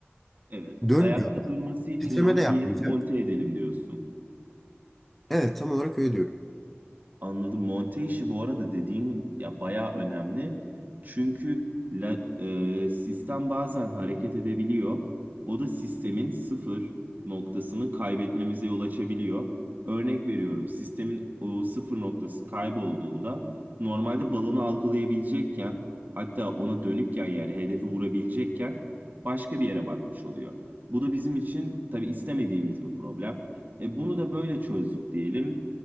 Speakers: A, on the right (about 45°); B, in the centre.
A: Evet.
B: Dönmüyor
A: Ayakta
B: da.
A: durması için
B: Titreme
A: de onu
B: de yapmayacak.
A: bir yere monte edelim diyorsun.
B: Evet, tam olarak öyle diyorum.
A: Anladım. Monte işi bu arada dediğin ya bayağı önemli. Çünkü la- e, sistem bazen hareket edebiliyor. O da sistemin sıfır noktasını kaybetmemize yol açabiliyor. Örnek veriyorum. Sistemin o sıfır noktası kaybolduğunda normalde balonu algılayabilecekken hatta ona dönükken yani hedefi vurabilecekken başka bir yere bakmış oluyor. Bu da bizim için tabii istemediğimiz bir problem. E, bunu da böyle çözdük diyelim.